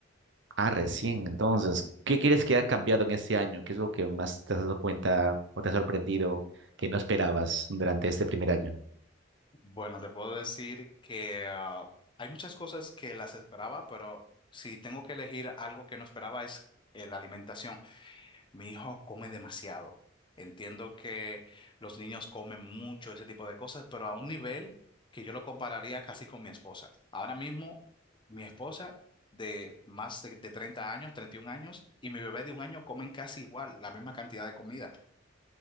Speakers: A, on the right; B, on the left.
A: Ah, recién, entonces. ¿Qué crees que ha cambiado en este año? ¿Qué es lo que más te has dado cuenta o te ha sorprendido que no esperabas durante este primer año?
B: Bueno, te puedo decir que ah, hay muchas cosas que las esperaba, pero si tengo que elegir algo que no esperaba es eh, la alimentación. Mi hijo come demasiado. Entiendo que los niños comen mucho ese tipo de cosas, pero a un nivel que yo lo compararía casi con mi esposa. Ahora mismo, mi esposa de más de, de 30 años, 31 años, y mi bebé de un año comen casi igual, la misma cantidad de comida.